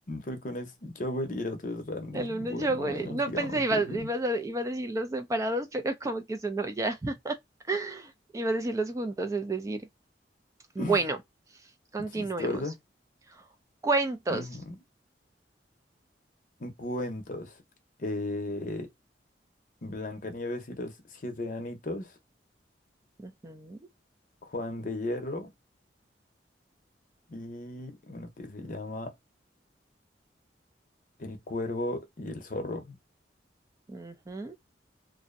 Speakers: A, on the left (about 50°); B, on the right (about 20°).
A: Porque uno es Joel y el otro es Randy.
B: El uno
A: Bueno,
B: es Jowell.
A: bueno,
B: el- No
A: digamos
B: pensé, iba,
A: que sí.
B: ibas a, iba a decirlos separados, pero como que sonó ya. <laughs> Iba a decirlos juntos, es decir. Bueno,
A: <laughs>
B: continuemos.
A: Chistosa.
B: Cuentos.
A: Ujú. Cuentos. Eh, Blancanieves y los siete anitos,
B: Ujú,
A: Juan de Hierro y uno que se llama El Cuervo y el Zorro.
B: ujú.